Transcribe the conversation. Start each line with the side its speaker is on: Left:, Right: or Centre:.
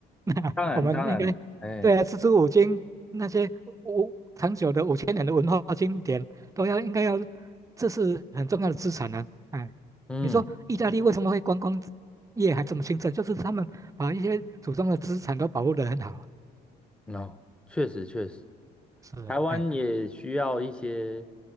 Right: <laughs>
Centre: 当然，
Right: 我们应该对啊，
Centre: 当然，哎，
Right: 四书五经那些五长久的五千年的文化经典都要应该要，这是很重要的资产啊。哎，
Centre: 嗯，
Right: 你说意大利为什么会观光业还这么兴盛？就是他们把一些祖宗的资产都保护得很好。
Centre: 哦，确实，确实，
Right: 是，
Centre: 台湾也需要一些
Right: 哎，